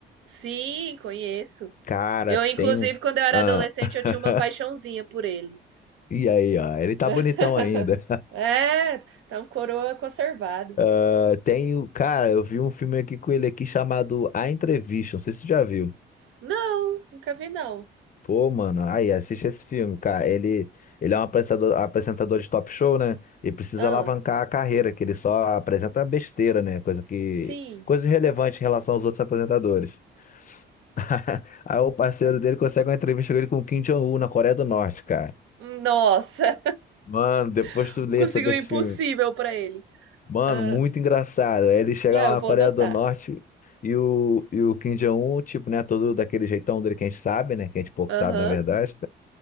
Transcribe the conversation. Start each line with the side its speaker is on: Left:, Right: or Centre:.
Right: Sim, conheço.
Left: Cara,
Right: Eu,
Left: tem
Right: inclusive,
Left: um.
Right: quando eu era
Left: Ah,
Right: adolescente,
Left: <laughs>
Right: eu tinha uma paixãozinha por ele.
Left: e aí, ó, ele tá
Right: <laughs>
Left: bonitão ainda.
Right: É, tá um coroa conservado.
Left: Ah, tem o. Cara, eu vi um filme aqui com ele aqui chamado A Entrevista, não sei se tu já viu.
Right: Não, nunca vi, não.
Left: Pô, mano, aí assiste esse filme, cara. Ele, ele é um apresentador, apresentador de top show, né? E precisa
Right: Ah,
Left: alavancar a carreira, que ele só apresenta besteira, né? Coisa que,
Right: sim.
Left: coisa irrelevante em relação aos outros apresentadores. <laughs> Aí o parceiro
Right: Ah,
Left: dele consegue uma entrevista com ele com o Kim Jong-un na Coreia do Norte, cara.
Right: Nossa,
Left: Mano, depois
Right: <laughs>
Left: tu lê
Right: conseguiu
Left: sobre
Right: o
Left: esse
Right: impossível
Left: filme.
Right: pra ele.
Left: Mano,
Right: Ah,
Left: muito engraçado. Aí ele chega
Right: não,
Left: lá
Right: eu
Left: na
Right: vou
Left: Coreia
Right: anotar.
Left: do Norte e o, e o Kim Jong-un, tipo, né? Todo daquele jeitão dele que a gente sabe, né? Que a gente pouco
Right: Aham.
Left: sabe, na verdade.